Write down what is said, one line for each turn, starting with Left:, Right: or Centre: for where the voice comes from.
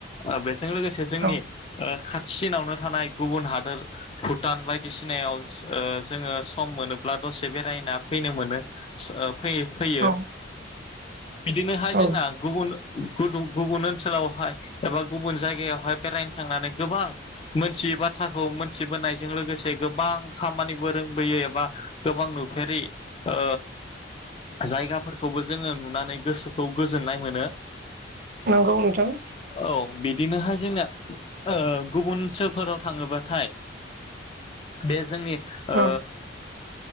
Left: आरो बे जों लोगोसे जोंनि
Right: औ
Left: ओ खा चिनावनो थानाय गुबुन हादोर भुटान बायदिसिनायाव ओ जोङो सम मोनोब्ला दसे बेरायना फैनो मोनो ओ फैयो फैयो।
Right: औ
Left: बिदिनोहाय
Right: औ
Left: जोंना गुबुन गदु गुबुन ओनसोलावहाय एबा गुबुन जायगायावहाय बेरायनो थांनानै गोबां मोनथियै बाथ्राखौ मोनथिबोनायजों लोगोसे गोबां खामानिबो रोंबोयो एबा गोबां नुफेरि ओ जायगाफोरखौबो जोङो नुनानै गोसोखौ गोजोननाय मोनो।
Right: नोंगौ नोंथां।
Left: औ बिदिनोहाय जोंना ओ गुबुन सोफोराव थाङोबाथाय बे जोंनि ओ
Right: औ